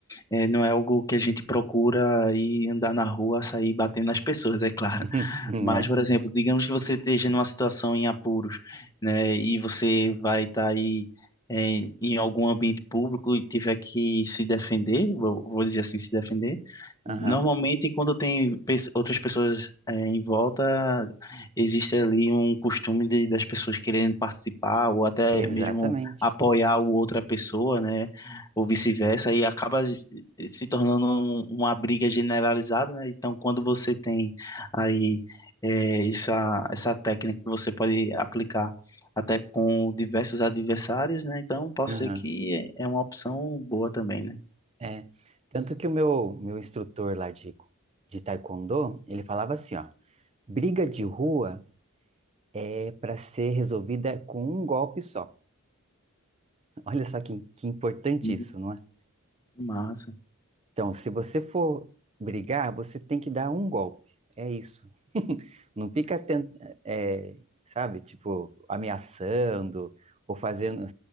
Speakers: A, on the left; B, on the right.
A: é, não é algo que a gente procura e andar na rua, sair batendo nas pessoas, é claro.
B: <laughs>
A: <laughs>
B: Né?
A: Mas, por exemplo, digamos que você esteja numa situação em apuros, né, e você vai estar aí é, em algum ambiente público e tiver que se defender, vou, vou dizer assim, se defender.
B: Aham.
A: Normalmente, quando tem pe- outras pessoas é, em volta, existe ali um costume de- das pessoas querendo participar ou até
B: Exatamente.
A: mesmo apoiar o outra pessoa, né? ou vice-versa, e acaba se tornando um- uma briga generalizada, né? Então, quando você tem aí eh, essa, essa técnica que você pode aplicar até com diversos adversários, né? Então, pode
B: Aham.
A: ser que é é uma opção boa também, né?
B: É. Tanto que o meu, meu instrutor lá de, de taekwondo, ele falava assim, ó, briga de rua é para ser resolvida com um golpe só. <laughs> Olha só que, que importante
A: Hum,
B: isso, não é?
A: Massa.
B: Então, se você for brigar, você tem que dar um golpe. É isso. <laughs> Não fica tent... é, sabe, tipo, ameaçando ou fazendo